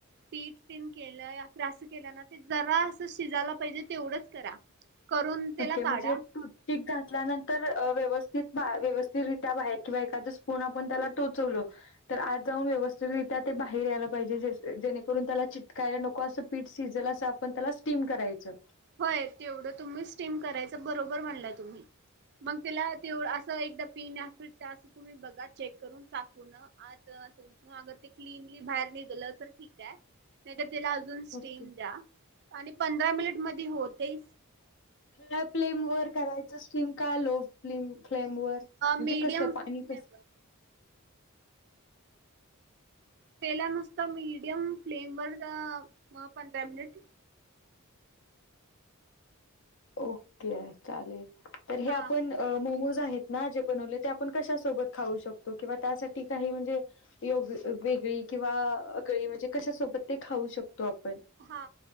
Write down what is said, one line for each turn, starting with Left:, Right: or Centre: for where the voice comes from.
Right: पीट केलंया <inaudible> असं केलं ना ते जरा असं शिजायला पाहिजे तेवढंच करा. करून त्याला
Left: ओके म्हणजे
Right: काढा
Left: टुथपिक घातल्यानंतर अ व्यवस् टुथ बा व्यवस्थितरित्या बाहेर किंवा एखादं स्पून आपण त्याला टोचवलं तर आत जाऊन व्यवस्थितरित्या ते बाहेर यायला पाहिजे जेसे जेणेकरून त्याला चिटकायला नको असं पीठ शिजल असं आपण त्याला स्टीम करायचं.
Right: होय तेवढं तुम्ही स्टीम करायचं बरोबर म्हणला तुम्ही, मग त्याला असं एकदा पी या फिर तुम्ही बघा चेक करून चाकून आत असं किंवा अगर ते क्लिनली बाहेर निघल तर ठीक हाय नायत तेला अजून स्टीम
Left: ओके.
Right: द्या आणि पंधरा मिनिट म ती होतयच.
Left: ह प्लेम वर करायच स्टीम का लो? <unintelligible> फ्लेम वर म्हणजे
Right: मीडियम
Left: कसं? पाणी
Right: फ्लेवर
Left: कसं?
Right: <unintelligible> <unintelligible> मीडयम फ्लेम वर <unintelligible> पंधरा मिनिट.
Left: ओके चालेल. तर हे
Right: हा
Left: आपण मोमोज मोमोज आहेत ना जे बनवले. ते आपण कशासोबत खाऊ शकतो? किंवा त्यासाठी काही म्हणजे, वेगळी किंवा गळी म्हणजे कशा सोबत ते खाऊ शकतो आपण?
Right: हा